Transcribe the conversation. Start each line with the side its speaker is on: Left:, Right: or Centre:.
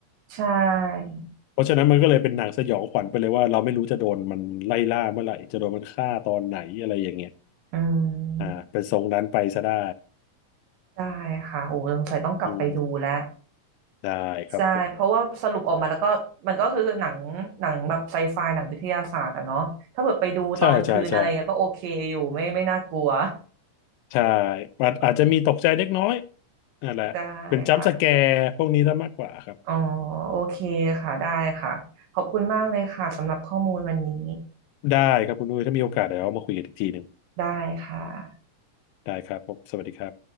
Right: ใช่
Left: เพราะฉะนั้นมันก็เลยเป็นหนังสยองขวัญไปเลยว่าเราไม่รู้จะโดนมันไล่ล่าเมื่อไหร่จะโดนมันฆ่าตอนไหนอะไรอย่างเงี้ย
Right: อื
Left: อ่าเป็นทรงนั้นไปซะได้
Right: มได้ค่ะโอ้สงสัยต้องกลับไปดูแล้ว
Left: อืมได้ครับผม
Right: ใช่เพราะว่าสรุปออกมาแล้วก็มันก็คือหนังหนังแบบไซไฟหนังวิทยาศาสตร์อะเนาะถ้าเกิดไปดูตอนกลางคืนอะไรเงี้ยก็โอเคอยู่ไม่ไม่น่ากลัว
Left: ใช่ใช่ใช่ใช่อาจอาจจะมีตกใจเล็กน้อย
Right: เออ
Left: นั่นแหละเป็นจัมป์สแกร์พวกนี้ซะมากกว่าครับ
Right: ได้ค่ะอ๋อโอเคค่ะได้ค่ะขอบคุณมากเลยค่ะสำหรับข้อมูลวันนี้
Left: ได้ครับคุณดุ้ยถ้ามีโอกาสเดี๋ยวเรามาคุยกันอีกทีหนึ่ง
Right: ได้ค่ะ
Left: ได้ครับผมสวัสดีครับ